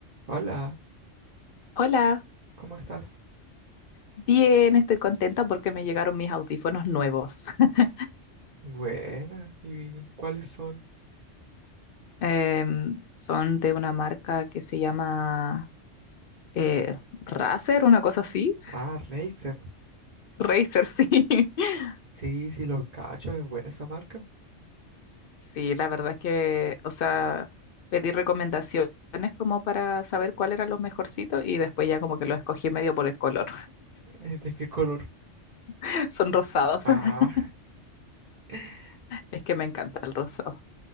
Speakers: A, on the right (about 40°); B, on the left (about 60°).
A: Hola,
B: Hola,
A: ¿cómo estás?
B: bien, estoy contenta porque me llegaron mis audífonos nuevos. <laughs>
A: Buena, ¿y cuáles son?
B: Em, son de una marca que se llama eh, Razer, una cosa así.
A: Ah, Razer.
B: Razer, sí. <laughs>
A: Sí, sí, los cachos, es buena esa marca.
B: Sí, la verdad es que, o sea, pedí recomendaciones como para saber cuál eran los mejorcitos y después ya como que los escogí medio por el color.
A: <laughs> ¿De qué color?
B: <laughs> Son rosados,
A: Ah,
B: <laughs>
A: <laughs>
B: es que me encanta el rosado.